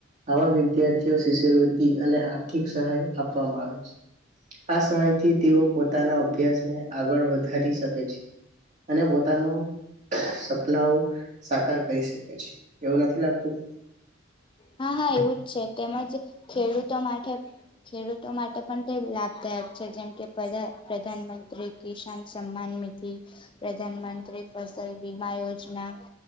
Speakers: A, on the right; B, on the left.
A: આવા વિદ્યાર્થીઓ શિષ્યવૃતિ અને આર્થિક સહાય આપવામાં આવે છે આ સહાયથી તેઓ પોતાના અભ્યાસ ને આગળ વધારી શકે છે અને પોતાનું સપનાઓ સાકાર કરી શકે છે એવું નથી લાગતું
B: હા હા એવું જ છે તેમજ ખેડૂતો માટે ખેડૂતો માટે પણ તે લાભદાયક છે જેમ કે પ્રધા પ્રધાનમંત્રી કિસાન સન્માન નિધિ પ્રધાનમંત્રી ફસલ બીમા યોજના